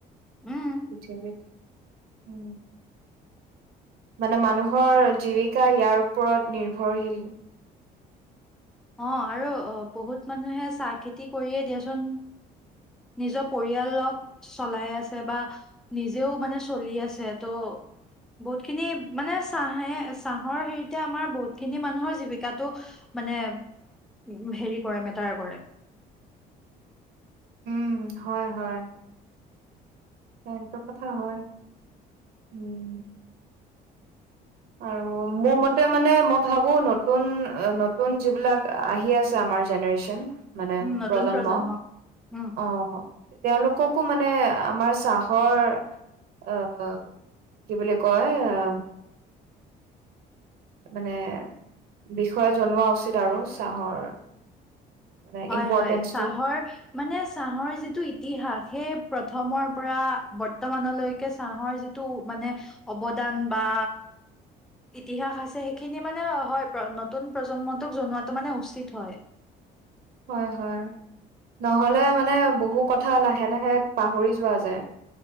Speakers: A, in the centre; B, on the right.
A: উম
B: পৃথিৱীত উ মানে মানুহৰ জীৱিকা ইয়াৰ ওপৰত নিৰ্ভৰশীল।
A: অ' আৰু বহুত মানুহে চাহ খেতি কৰিয়ে দিয়াচোন নিজৰ পৰিয়ালক চলাই আছে বা নিজেও মানে চলি আছে ত' বহুতখিনি মানে চাহে চাহৰ হেৰিতে আমাৰ বহুতখিনি মানুহৰ জীৱিকাটো মানে উ হেৰি কৰে, মেটাৰ কৰে।
B: উ হয়, হয়। অ' হেটো কথা হয়। উম। আৰু মোৰ মতে মানে মই ভাবো নতুন, নতুন যিবিলাক আহি আছে আমাৰ জেনেৰেশ্যন মানে
A: উম নতুন
B: প্ৰজন্ম,
A: প্ৰজন্মক উম
B: অ' তে-তেওঁলোক ককো মানে আমাৰ চাহৰ আ-কি বুলি কয় আ মানে বিষয়ে জনোৱা উচিত আৰু চাহৰ। মানে
A: হয়,
B: ইম্পৰ্টেঞ্চটো
A: হয় চাহৰ, মানে চাহৰ যিটো ইতিহাস। সেই প্ৰথমৰ পৰা বৰ্তমানলৈকে চাহৰ যিটো মানে অৱদান বা ইতিহাস আছে হেখিনি মানে হয় প্ৰ-নতুন প্ৰজন্মটোক জনোৱাটো মানে উচিত হয়।
B: হয়-হয় নহ'লে মানে বহু কথা লাহে-লাহে পাহৰি যোৱা যায়।